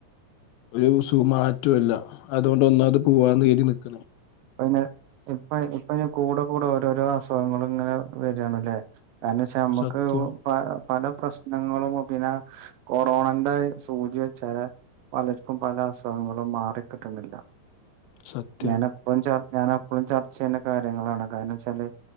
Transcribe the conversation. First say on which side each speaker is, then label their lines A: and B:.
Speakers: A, on the left; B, on the right.
A: ഒരു സുഖമാറ്റമല്ല അതുകൊണ്ട് ഒന്നാമത് പോവാന്ന് കറി നീക്കണേ
B: ഇപ്പ ഇെ ഇപ്പൊ ഇപ്പ ഇന് കൂടെ കൂടെ ഓരോരോ അസുഖങ്ങളും ഇങ്ങനെ വരിണല്ലേ കാരണം വെച്ചാ നമ്മുക്ക്
A: സത്യം
B: പഴ- പല പ്രശ്നങ്ങളും പിന്നെ കൊറോണന്റെ സൂചി വെച്ചാല് പലർക്കും പല അസുഖങ്ങളും മാറിക്കിട്ടുന്നില്ല
A: സത്യം
B: ഞാൻ എപ്പോഴും ചർ ഞാൻ എപ്പഴും ചർച്ച ചെയ്യണ്ട കാര്യങ്ങളാണ് കാരണം വെച്ചാല്